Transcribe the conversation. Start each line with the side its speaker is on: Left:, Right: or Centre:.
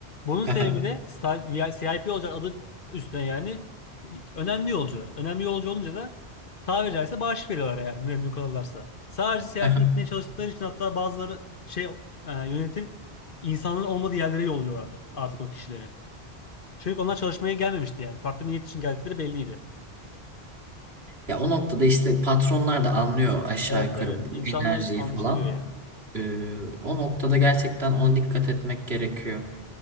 Left: Bunun sebebi
Right: Aha.
Left: de sta- VI CIP yolcular adı üstüne yani önemli yolcular. Önemli yolcu olunca da tabiri caizse bağış veriyorlar eğer memnun kalırlarsa. Sadece CIP
Right: Aha.
Left: gitmeye çalıştıkları için hatta bazıları şey e, yönetim insanların olmadığı yerlere yolluyorlardı artık o kişileri. Çünkü onlar çalışmaya gelmemişti yani. Farklı bir niyet için geldikleri belliydi.
Right: Ya o noktada işte patronlar da anlıyor aşağı
Left: Evet
Right: yukarı
Left: evet.
Right: bu
Left: İnsanlar
Right: enerjiyi
Left: anlaşılıyor
Right: falan.
Left: ya.
Right: Ee, o noktada gerçekten ona dikkat etmek gerekiyor.